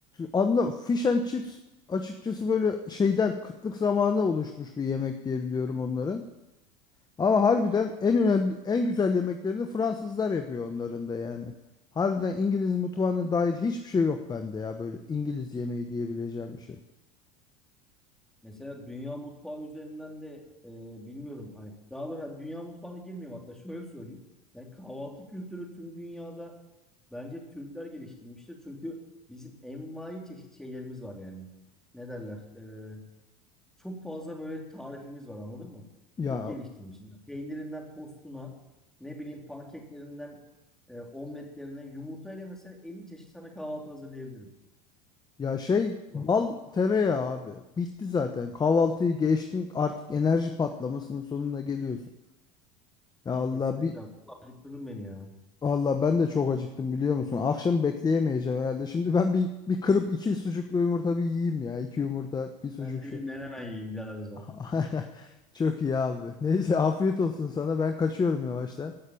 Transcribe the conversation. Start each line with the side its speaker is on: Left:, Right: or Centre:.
Left: anla fish and chips açıkçası böyle şeyden kıtlık zamanı oluşmuş bir yemek diye biliyorum onların. Ama harbiden en önemli en güzel yemeklerini Fransızlar yapıyor onların da yani. Harbiden İngiliz mutfağına dair hiçbir şey yok bende ya böyle İngiliz yemeği diyebileceğim bir şey.
Centre: Mesela dünya mutfağı üzerinden de e, bilmiyorum hani daha doğrusu yani dünya mutfağına girmiyorum hatta şöyle söyleyeyim. Yani kahvaltı kültürü tüm dünyada bence Türkler geliştirmiştir. Çünkü bizim envai çeşit şeylerimiz var yani. Ne derler? E, çok fazla böyle tarifimiz var anladın mı?
Left: Ya
Centre: Çok geliştirmişiz. Peynirinden tostuna, ne bileyim pankeklerinden e, omletlerine, yumurtayla mesela 50 çeşit sana kahvaltı hazırlayabilirim.
Left: Ya şey
Centre: Ulan
Left: bal tereyağı abi. Bitti zaten. Kahvaltıyı geçtin artık enerji patlamasının sonuna geliyorsun. Ya Allah
Centre: kesinlikle.
Left: bir
Centre: abi. Ulan bitirdin beni ya.
Left: Allah ben de çok acıktım biliyor musun? Akşam bekleyemeyeceğim herhalde. Şimdi ben bir bir kırıp iki sucuklu yumurta bir yiyeyim ya. İki yumurta bir sucuk
Centre: Ben de bir
Left: şu.
Centre: menemen yiyeyim birader o zaman.
Left: <laughs> Çok iyi abi. Neyse afiyet olsun sana. Ben kaçıyorum yavaştan.